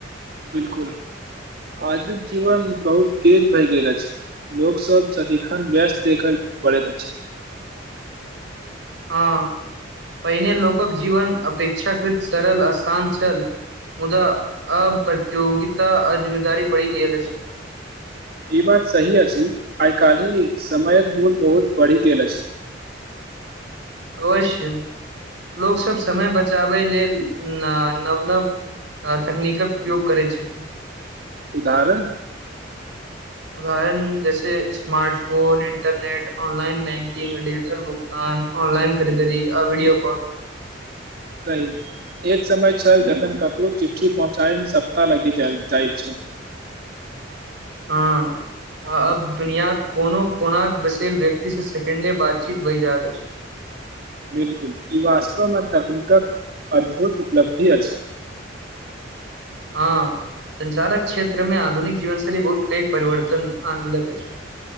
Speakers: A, on the right; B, on the right.
A: बिल्कुल आजुक जीवन बहुत तेज भए गेल अछि लोकसभ सदिखन व्यस्त देखल पड़ैत अछि
B: हाँ पहिने लोकक जीवन अपेक्षाकृत सरल असान छल मुदा आब प्रतियोगिता आ जिम्मेदारी बढ़ी गेल अछि
A: ई बात सही अछि आइ काल्हि समयक मूल बहुत बढ़ि गेल अछि
B: अवश्य लोकसभ समय बचाबै लेल ना-नव नव तकनीकक उपयोग करैत छथिन
A: उदाहरण
B: उदाहरण जैसे smartphone internet online banking digital भुगतान ऑनलाइन खरीदरी आ वीडियो कॉल
A: सही एक समय छल जखन ककरो चिट्ठी पहुँचाबैमे सप्ताह लगि जाइत छल
B: हाँ आ-अब दुनियांक कोनो कोनाक बसेल व्यक्तिसँ सेकेंडे बातचीत भइ जाइत अछि
A: बिल्कुल ई वास्तवमे तकनीकक अद्भुत उपलब्धि अछि
B: हाँ संचारक क्षेत्रमे आधुनिक जीवन शैली बहुत पैघ परिवर्तन आनलक अछि